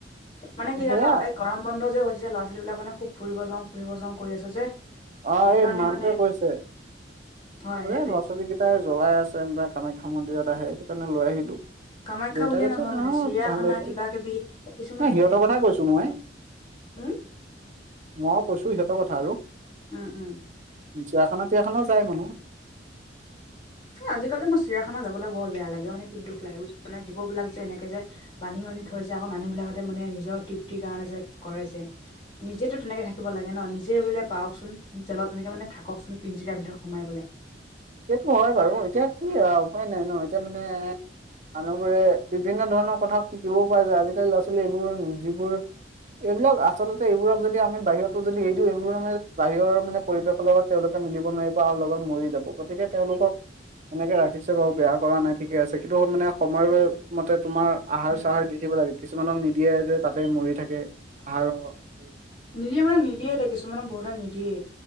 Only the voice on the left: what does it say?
মানে কি
জান' এই গৰম বন্ধ যে হৈছে ল'ৰা ছোৱালী বিলাক মানে খুব ফুৰিব যাওঁ ফুৰিব যাওঁ কৰি আছে যে
সেইকাৰণে
মানে
হয়
সেইটোৱে
কামাখ্যা
বুলিয়ে
নহয় মানে
চিৰিয়াখানা
কিবা কিবি কিছুমানে
মানে হোটেলতো
থাকে
ন। হম!
উম উম।
আজিকালি মই চিৰাখানা যাবলৈ বৰ বেয়া লাগে মানে কি দুখ লাগে বুজিছানে জীৱ বিলাক যে এনেকে যে বান্ধি বান্ধি থৈছে আকৌ মানুহ বিলাকতে মানে নিজৰ তৃপ্তিৰ কাৰণে যে কৰে যে নিজেতো তেনেকে থাকিব লাগে ন নিজে বোলে পাওকচোন জেলত এনেকে মানে থাককচোন পিনজিৰাৰ ভিতৰত সোমাই পেলাই।
উম
উম
নিদিয়ে মানে নিদিয়ে দে কিছুমানক বহুতে নিদিয়ে